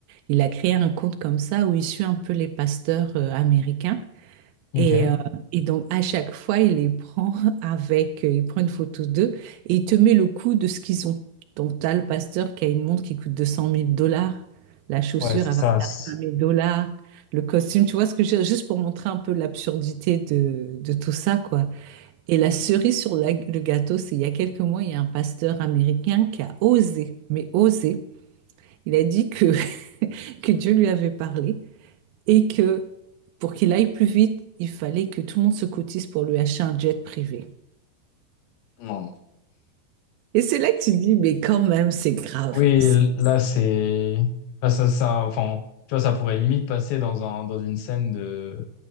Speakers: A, on the right; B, on the left.
A: il a créé un compte comme ça où il suit un peu les pasteurs euh, américains.
B: Ok.
A: Et, euh, et donc, à chaque fois, il les prend <laughs> avec, euh, il prend une photo d'eux et il te met le coût de ce qu'ils ont. Donc, tu as le pasteur qui a une montre qui coûte deux cent mille dollars. La chaussure,
B: Ouais, c'est
A: elle
B: ça.
A: va faire
B: c'est-
A: 1 000 dollars. Le costume, tu vois ce que je veux dire? Juste pour montrer un peu l'absurdité de, de tout ça, quoi. Et la cerise sur la- le gâteau, c'est il y a quelques mois, il y a un pasteur américain qui a osé, mais osé. Il a dit que, <laughs> que Dieu lui avait parlé et que pour qu'il aille plus vite, il fallait que tout le monde se cotise pour lui acheter un jet privé.
B: Non.
A: Et c'est là que tu te dis, mais quand même, c'est grave.
B: Oui,
A: C'est-
B: là, c'est. Là, ça, ça, enfin, tu vois, ça pourrait limite passer dans un, dans une scène de,